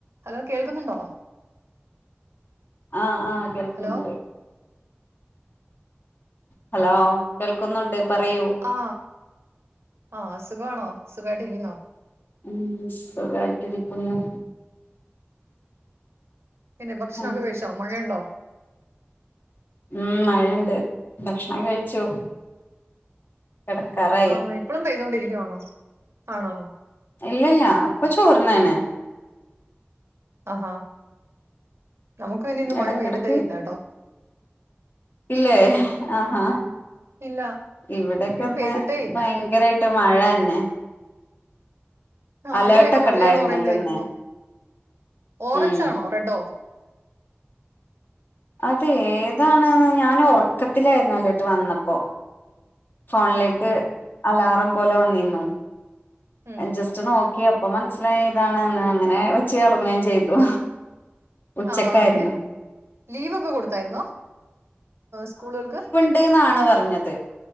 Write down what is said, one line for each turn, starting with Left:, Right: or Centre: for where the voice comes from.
Right: Hello കേൾക്കുന്നുണ്ടോ?
Left: ആഹ് ആ കേൾക്കുന്നുണ്ട്
Right: ഹലോ
Left: ഹലോ കേൾക്കുന്നുണ്ട് പറയൂ
Right: ആ ആഹ് സുഖാണോ സുഖായിട്ടിരിക്കുന്നോ
Left: മ്മ് സുഖായിട്ടിരിക്കുന്നു
Right: പിന്നെ ഭക്ഷണോക്കെ
Left: ഉം
Right: കഴിച്ചോ മഴയുണ്ടോ
Left: മ്മ് മഴേണ്ട് ഭക്ഷണം കഴിച്ചു കെടക്കാറായ
Right: ആ ഇപ്പളും പെയ്തോണ്ടിരിക്കുവാണോ ആണോ
Left: ഇല്ലില്ല ഇപ്പൊ ചോറിന്നേണ്
Right: ആഹാ നമുക്ക്ന്നെ ഇന്ന്
Left: ഇടക്കിടക്ക്
Right: മഴ പെയ്തിട്ടേ ല്ലട്ടോ
Left: ഇല്ലേ ആഹ് ആ
Right: ഇല്ല
Left: ഇവിടെക്കെന്ന്
Right: ഇന്ന് പെയ്തിട്ടേ ഇല്ല
Left: ഭ യങ്കരായിട്ട് മഴന്നെ
Right: ആഹ
Left: അലേർട്ടൊക്കെ
Right: അവിടെക്കെ മഴയാന്ന്
Left: ഉണ്ടായിരുന്നല്ലോ
Right: പറയുന്ന കേക്കുമ്പോ
Left: ഇന്ന്
Right: ഓറഞ്ച്
Left: ഉം
Right: ആണോ റെഡോ
Left: അത് ഏതാണ്ന്ന് ഞാൻ ഉറക്കത്തിലായിര്നാലർട്ട് വന്നപ്പോ ഫോണിലേക്ക്
Right: ആഹാ
Left: അലാറം പോലെ വന്നിന്നു
Right: ഉം
Left: ജസ്റ്റ് നോക്കിയ പ്പൊ മനസ്സിലായി ഇതാണ്ന്ന് അങ്ങനെ വെച്ച് ഒറങ്ങയും ചെയ്തു ഉച്ചക്കായിരുന്നു
Right: ആ ഇന്ന് ലീവൊക്കെ കൊടുത്തായിരുന്നോ സ്കൂളുകൾക്ക്
Left: ണ്ട് ന്നാണ് പറഞ്ഞത്